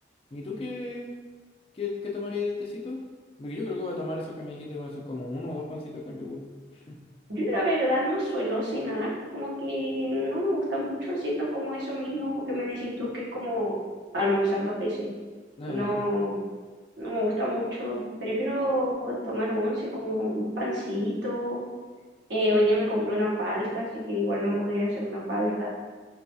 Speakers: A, on the left (about 30°); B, on the right (about 80°).
A: ¿Y tú qué, qué, qué tomarías de tecito? Porque Yo creo que voy a tomar eso que me dijiste, voy a hacer como uno o dos pancitos con yogur. <laughs>
B: Yo la verdad no suelo cenar, como que no me gusta mucho, siento como eso mismo que me decís tú, que es como almorzar dos veces.
A: Ah,
B: Y no, no me gusta mucho, prefiero tomar once como un pancito. Eh, hoy día me compré una palta, así que igual me podría hacer una palta.